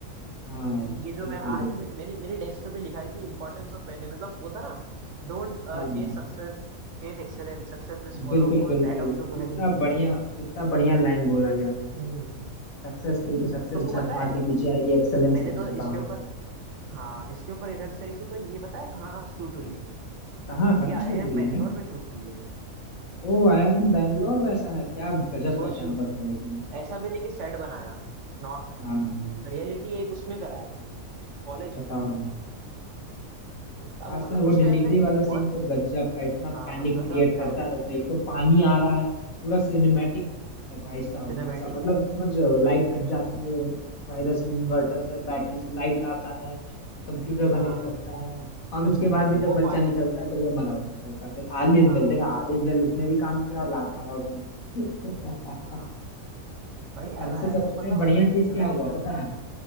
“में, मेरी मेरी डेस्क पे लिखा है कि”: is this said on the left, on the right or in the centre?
Right